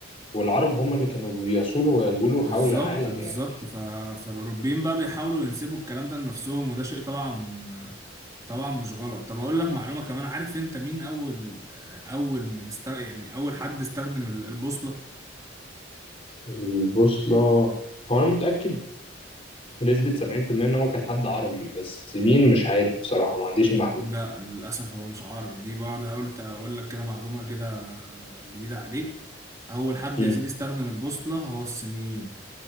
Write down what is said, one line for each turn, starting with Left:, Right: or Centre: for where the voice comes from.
Left: والعرب هم اللي كانوا بيصولوا ويجولوا
Right: بالظبط
Left: حول العالم
Right: بالظبط
Left: يعني
Right: ف... فالأوروبيين بقى بيحاولوا ينسبوا الكلام ده لنفسهم وده شيء طبعا طبعا مش غلط طب اقول لك معلومة كمان عارف انت مين اول اول من است... يعني اول حد استخدم ال- البوصلة
Left: البوصلة هو أنا متأكد بنسبة سبعين في المية إن هو كان حد عربي بس مين مش عارف بصراحة ما عنديش المعلومة
Right: لا للاسف هو مش عربي دي برضه قلت اقول لك كده معلومة كده جديدة عليك اول حد
Left: مم.
Right: يا سيدي استخدم البوصلة هو الصينيين